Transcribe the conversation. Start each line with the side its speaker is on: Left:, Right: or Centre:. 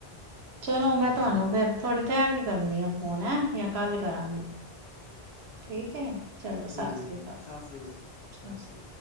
Right: ਚਲੋ ਮੈਂ
Left: ਹੂੰ
Right: ਤੁਹਾਨੂੰ ਫੇਰ ਥੋੜੀ ਠੈਰ ਕੇ ਕਰਨੀ ਆ ਫੋਨ ਹੈਂ ਜਾਂ ਕੱਲ ਕਰਾਂਗੀ ਠੀਕ ਹੈ ਚਲੋ
Left: ਠੀਕ
Right: ਸਤਿ
Left: ਹੈ
Right: ਸ੍ਰੀ
Left: ਠੀਕ
Right: ਅਕਾਲ
Left: ਹੈ। ਸਤਿ ਸ੍ਰੀ ਸਤਿ ਸ੍ਰੀ ਅਕਾਲ